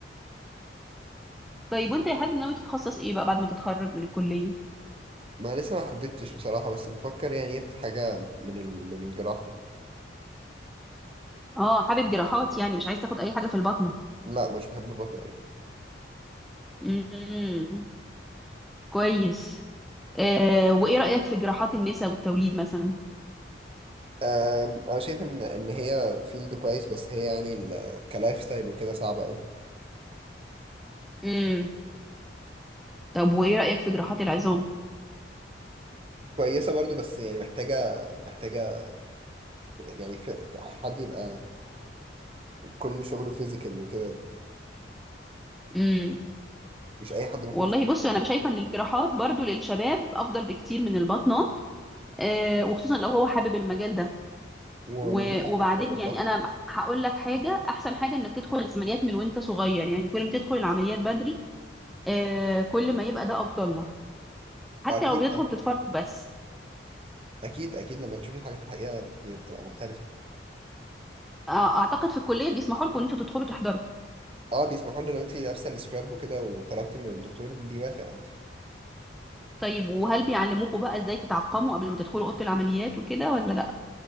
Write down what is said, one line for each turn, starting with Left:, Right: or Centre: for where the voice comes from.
Centre: طيب وانت يا حازم ناوي تتخصص ايه بقى بعد ما تتخرج من الكلية
Right: ما لسه ما حددتش بصراحه بس بفكر يعني في حاجه من ال... من الجراحه
Centre: اه حابب جراحات يعني مش عايز تاخد اي حاجة في البطنة
Right: لا مش بحب البطن قوي
Centre: امم كويس آه وايه رأيك في جراحات النساء والتوليد مثلا
Right: أم، انا شايف ان ان هي فيلد كويس بس هي يعني ال... كلايف ستايل وكده صعبه قوي
Centre: امم طب وايه رأيك في جراحات العظام
Right: كويسه برضو بس يعني محتاجه محتاجه يعني في... حد يبقى كل شغله فيزيكال وكده
Centre: امم
Right: مش اي حد ممكن
Centre: والله
Right: يشتغل
Centre: بص انا شايفة ان الجراحات برضو للشباب افضل بكتير من البطنات آه وخصوصا لو هو حابب المجال ده
Right: ومتعه
Centre: و- وبعدين
Right: اكتر من البطن
Centre: يعني انا هقول لك حاجة احسن حاجة انك تدخل العمليات من وانت صغير يعني كل ما تدخل العمليات بدري آه كل ما يبقى ده افضل لك حتى
Right: اكيد
Centre: لو بيدخل
Right: أه.
Centre: تتفرج بس
Right: اكيد اكيد لما تشوفي الحاجه في الحقيقه بتبقى مختلفه
Centre: آه، اعتقد في الكليه بيسمحوا لكم ان انتوا تدخلوا تحضروا
Right: اه بيسمحوا لنا لو انت لابسه السكراب وكده وطلبتي من الدكتور بيوافق عادي
Centre: طيب وهل بيعلموكم بقى ازاي تتعقموا قبل ما تدخلوا اوضه العمليات وكده ولا لا